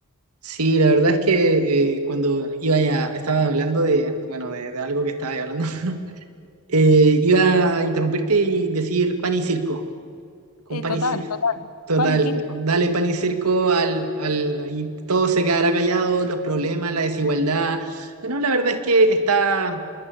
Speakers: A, on the right (about 80°); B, on the left (about 80°).
A: Sí, la verdad es que eh, cuando iba ya, estaba hablando de, bueno, de, de algo que estaba hablando, <laughs> eh, iba a interrumpirte y decir pan y circo. Con
B: Eh,
A: pan
B: total,
A: y ci-
B: total.
A: Total,
B: Pan y circo.
A: dale pan y circo al, al, y todo se quedará callado, los problemas, la desigualdad. Bueno, la verdad es que está,